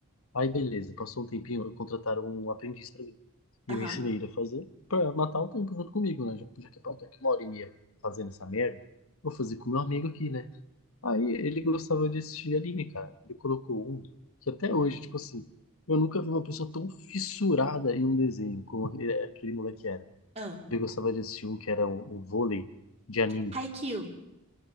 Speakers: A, on the left; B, on the right.
A: Aí beleza, passou um tempinho, contrataram um aprendiz pra mim.
B: Aham.
A: E eu ensinei ele a fazer pra matar o tempo junto comigo, né? Já, já que eu tô aqui uma hora e meia fazendo essa merda, vou fazer com meu amigo aqui, né? Aí ele gostava de assistir anime, cara. Ele colocou um que até
B: Hum.
A: hoje, tipo assim, eu nunca vi uma pessoa tão fissurada em um desenho como aquele, aquele moleque era.
B: Ah.
A: Ele gostava de assistir um que era o, o vôlei de anime.
B: Haikyuu.